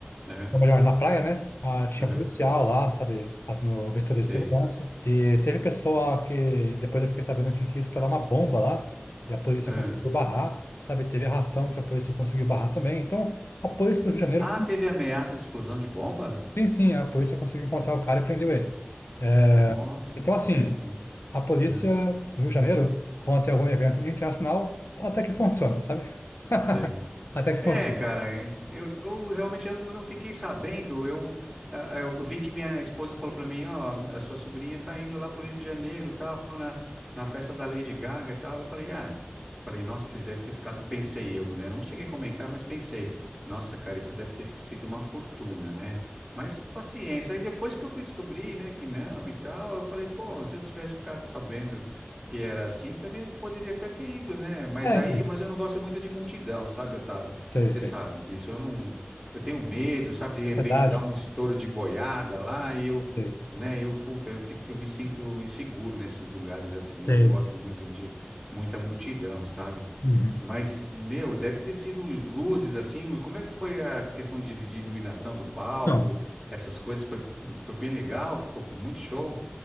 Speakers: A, in the centre; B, on the left.
A: aham,
B: ou melhor, na praia, né? Ah, tinha
A: aham,
B: policial lá, sabe? Fazendo vistoria
A: Sei.
B: de segurança. E teve pessoa que depois eu fiquei sabendo que quis estourar uma bomba lá. E a polícia
A: Aham.
B: conseguiu barrar, sabe? Teve arrastão que a polícia conseguiu barrar também. Então, a polícia do Rio de Janeiro
A: Ah, teve ameaça de explosão de bomba?
B: Sim, sim, a polícia conseguiu encontrar o cara e prendeu ele. É,
A: Nossa,
B: então,
A: que
B: assim,
A: interessante.
B: a polícia
A: Aham,
B: do Rio de Janeiro, quando tem algum evento internacional, ela até que funciona, sabe? <laughs>
A: Sei.
B: Até que
A: É,
B: funciona.
A: cara, é. eu, eu realmente eu não eu não fiquei sabendo. Eu, ah, eu vi que minha esposa falou para mim, ó, a sua sobrinha tá indo lá pro Rio de Janeiro, tal, na, na festa da Lady Gaga, e tal. Eu falei, ah, falei, nossa, vocês devem ter ficado, pensei eu, né? Não cheguei a comentar, mas pensei, nossa, cara, isso deve ter sido uma fortuna, né? Mas paciência. Aí depois que eu fui descobrir, né, que não e tal, eu falei, pô, se eu tivesse ficado sabendo que era assim, também eu poderia até ter ido, né? Mas
B: É,
A: aí,
B: então,
A: mas eu não gosto muito de multidão, sabe, Otávio?
B: sei,
A: Você
B: sei.
A: sabe disso. Eu não, eu tenho medo, sabe? De repente
B: Sociedade,
A: dá um estouro de boiada lá e eu,
B: sei,
A: né? Eu, puta, eu fico, eu me sinto inseguro nesses lugares assim.
B: sei,
A: Eu não gosto
B: sei.
A: muito de muita multidão, sabe?
B: Uhum.
A: Mas, meu, deve ter sido luzes assim. Como é que foi a questão de, de iluminação do palco?
B: Então,
A: Essas coisas foi, foi bem legal. Ficou muito show.